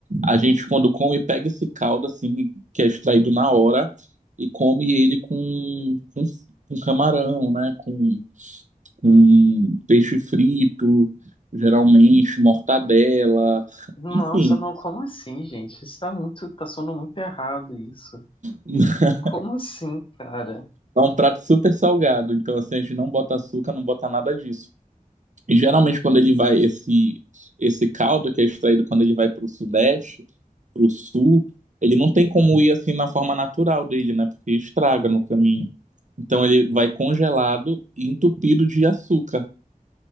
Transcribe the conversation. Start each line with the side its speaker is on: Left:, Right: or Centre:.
Right: a gente, quando come, pega esse caldo, assim, que é extraído na hora, e come ele com, com, com camarão, né? com com peixe frito, geralmente mortadela, <laughs>
Left: Nossa,
Right: enfim.
Left: não, como assim, gente? Isso tá muito, tá soando muito errado isso.
Right: <laughs>
Left: Como assim, cara?
Right: É um prato super salgado, então assim, a gente não bota açúcar, não bota nada disso. E geralmente quando ele vai, esse, esse caldo que é extraído quando ele vai para o sudeste, para o sul, ele não tem como ir assim na forma natural dele, né? Porque estraga no caminho. Então ele vai congelado e entupido de açúcar.